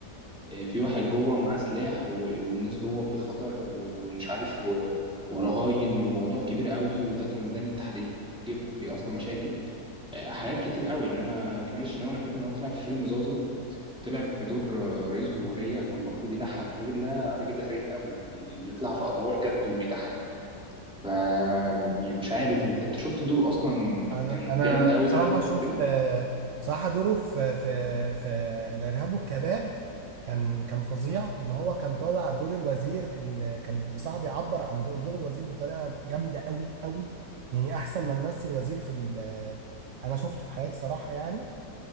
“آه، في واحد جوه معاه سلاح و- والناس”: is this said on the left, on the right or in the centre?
Centre